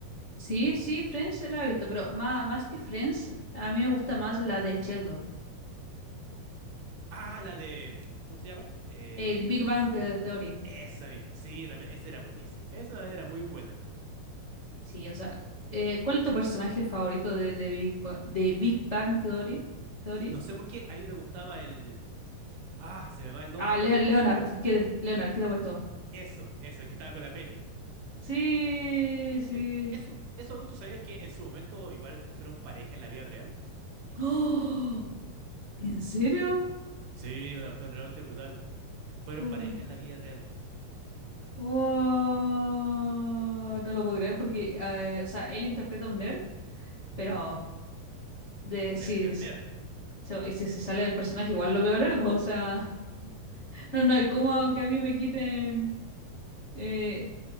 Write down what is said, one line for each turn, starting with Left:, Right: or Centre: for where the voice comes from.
Left: Sí, sí, Friends la he visto, pero más, más que Friends, a mí me
Right: ¿Ya?
Left: gusta más la de Sheldon.
Right: Ah, la de, ¿cómo se llama? Eh,
Left: Eh, The Big Bang The- Theory.
Right: esa misma, sí, también, esa era buenísima. Esa también era muy buena.
Left: Sí, o sea, eh, ¿cuál es tu personaje favorito de, de Big, Ba- de Big Bang Theory? Theory?
Right: No sé por qué, a mí me gustaba el... Ah, se me va el nombre,
Left: Ah, Le-
Right: pero
Left: Leonard,
Right: el que-
Left: ¿qué de? Leonard, ¿qué te ha puesto?
Right: Eso, eso, el que estaba con la Penny.
Left: Sí, sí.
Right: Sí. Eso, eso, ¿tú sabías que en su momento igual fueron pareja en la vida real?
Left: ¡Oh! ¿En serio?
Right: Sí, una cuestión realmente brutal. Fueron
Left: Um,
Right: pareja en la vida real.
Left: wow, no lo puedo creer porque, eh, o sea, él interpreta a un nerd,
Right: Ujú.
Left: pero de
Right: Un
Left: si,
Right: nerd,
Left: es-
Right: nerd, nerd.
Left: se- y si se sale del personaje, igual lo veo nerd, po, o sea, <laughs> no, no, y cómo que a mí me quiten eh,